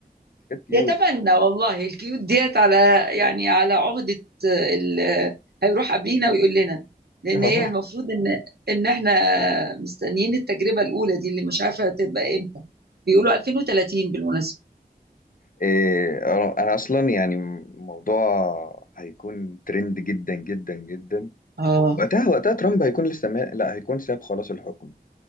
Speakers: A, on the left; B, on the right.
A: كانت كيوت
B: يتمنى والله الكيوت ديت على يعني على عقده آه، ال- آه، هيروح قبلينا ويقول لنا لان
A: <laughs>
B: هي المفروض ان ان احنا مستنيين التجربه الاولى دي اللي مش عارفه تبقى امتى بيقولوا 2030 بالمناسبه
A: إيه أنا أنا أصلا يعني الموضوع هيكون ترند جدا جدا جدا
B: اه
A: وقتها وقتها ترامب هيكون لسه ما... لا هيكون ساب خلاص الحكم